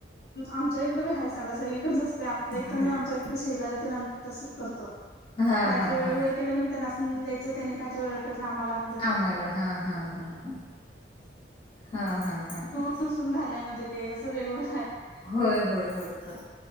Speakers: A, on the left; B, on the left.
A: आमच्या इकडें बी हायसा तस एकच असत आपल्या
B: हम्म.
A: इथं तुमी मी आमच्या ते शेजारी तेन आम्ही तसच करतो
B: हा
A: काही
B: हा
A: तर वेळ
B: हा
A: वेळ केलकनि त्यांना. हम द्यायचं त्यानी काहीतरी वेगळं केल आमाला आण.
B: आम्हाला हा हा हा हा हा हा हा ह.
A: मिसळुन राहील्यान ते कसं वेगळं.
B: होय होय होय